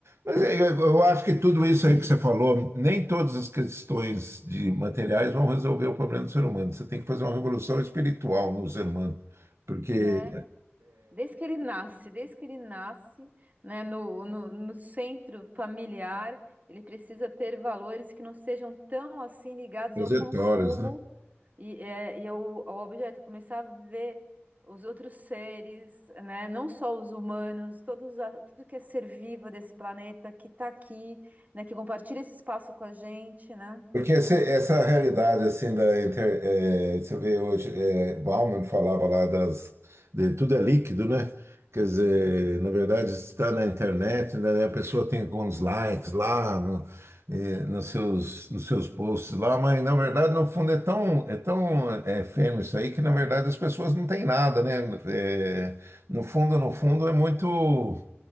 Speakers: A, on the right; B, on the right.
A: Mas eh, eu eu acho que tudo isso aí que você falou, nem todas as questões de materiais vão resolver o problema do ser humano. Você tem que fazer uma revolução espiritual no ser humano, porque
B: É. Desde que ele nasce, desde que ele nasce, né, no, no, no centro familiar, ele precisa ter valores que não sejam tão assim ligados
A: as
B: ao consumo.
A: trajetórias,
B: E, é, e é o, o objeto, começar a ver os outros seres, né? Não só os humanos, todos, a- tudo que é ser vivo desse planeta que está aqui, né? Que compartilha esse espaço com a gente, né?
A: Porque esse- essa realidade assim da inter, eh, você vê hoje, eh, Bauman falava lá das de tudo é líquido, né? Quer dizer, na verdade está na internet, né? A pessoa tem alguns likes lá no- eh, nos seus nos seus posts lá, mas na verdade no fundo é tão é tão eh, efêmero isso aí que na verdade as pessoas não têm nada, né? Eh, no fundo, no fundo é muito